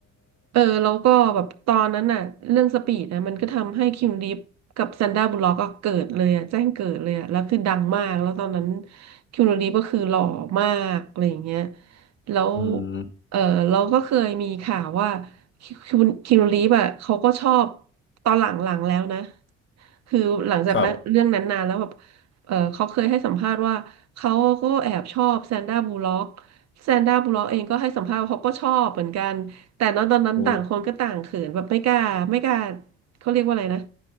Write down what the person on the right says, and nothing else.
เออแล้วก็แบบตอนนั้นน่ะเรื่องสปีดนะมันก็ทำให้คิมลีฟกับแซนด้าบุลล็อกก็เกิดเลยอ่ะแจ้งเกิดเลยอ่ะแล้วคือดังมากแล้วตอนนั้นคิมลีฟก็คือหล่อมากอะไรอย่างเงี้ยแล้ว
เออเราก็เคยมีข่าวว่าคิมคิมลีฟอ่ะเขาก็ชอบตอนหลังๆแล้วนะคือหลังจากนั้นเรื่องนั้นนานแล้วแบบ
เออเขาเคยให้สัมภาษณ์ว่าเขาก็แอบชอบแซนด้าบูลล็อกแซนด้าบูลล็อกเองก็ให้สัมภาษณ์ว่าเขาก็ชอบเหมือนกัน แต่ตอนตอนนั้นต่างคนก็ต่างเขินแบบไม่กล้าไม่กล้า
เขาเรียกว่าอะไรนะ